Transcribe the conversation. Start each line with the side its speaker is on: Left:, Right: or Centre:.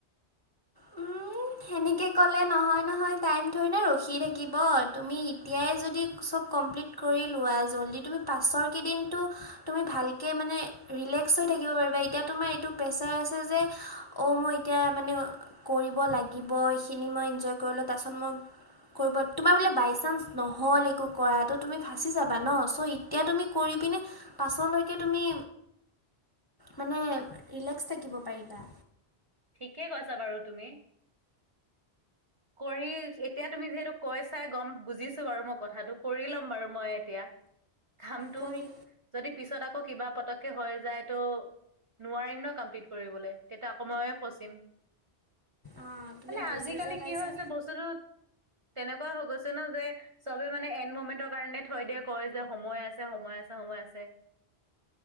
Right: <inaudible>
Left: উম, সেনেকে ক'লে নহয় নহয় টাইম থৰে না ৰখি থাকিব তুমি এতিয়াই যদি চব কমপ্লিট কৰিলোৱা জল্দি তুমি পাছৰ কেইদিনটো তুমি ভালকে মানে ৰিলেক্স হৈ থাকিব পাৰিবা এতিয়া তোমাৰ এইটো প্ৰেছাৰ আছে যে অ' মই এতিয়া মানে কৰিব লাগিব এইখিনি মই এনজয় কৰিলোঁ তাৰ পিছত মই কৰিবত তোমাৰ বোলে বাইচানঞ্চ নহ'ল একো কৰা তো তুমি ফাঁচি যাবা ন ছ' ই এতিয়া তুমি কৰি পিনে পাছলৈকে তুমি
Right: <inaudible>
Left: মানে ৰিলেক্স থাকিব পাৰিবা
Right: ঠিকে কৈছা বাৰু তুমি কৰি এতিয়া তুমি যিহেতু, কৈ চাই গম বুজিছো বাৰু মই কথাটো কৰি ল'ম বাৰু মই এতিয়া কামটো
Left: কৰি
Right: যদি পিছত আকৌ কিবা পতকে হৈ যায় তো নোৱাৰিম ন কমপ্লিট কৰিবলে তেতিয়া আকৌ ম‌ইয়ে ফচিম
Left: অঁ তুমি
Right: মানে
Left: বুজি
Right: আজিকালি
Left: যে পাইছা
Right: কি হৈছে বস্তুটো তেনেকুৱা হৈ গৈছে ন যে চবে মানে এন মমেন্টৰ কাৰণে থৈ দিয়ে কয় যে সময় আছে সময় আছে সময় আছে